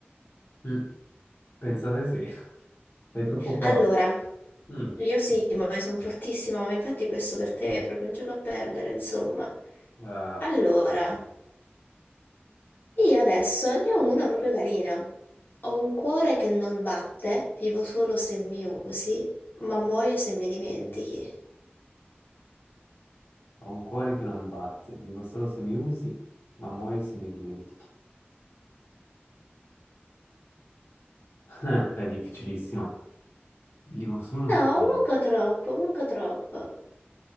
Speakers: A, on the left; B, on the left.
A: Mm, Pensate sì, <laughs> sei troppo forte.
B: Allora,
A: Mm,
B: io sì, ma sono fortissima, ma infatti questo per te è proprio un gioco a perdere, insomma.
A: ah,
B: Allora. Io adesso ne ho uno proprio carino. Ho un cuore che non batte, vivo solo se mi usi, ma muoio se mi dimentichi.
A: ho un cuore che non batte, vivo solo se mi usi, ma muoio se mi dimentichi. <laughs> È difficilissimo. Vivo solo se
B: No,
A: mi,
B: manco troppo, manco troppo.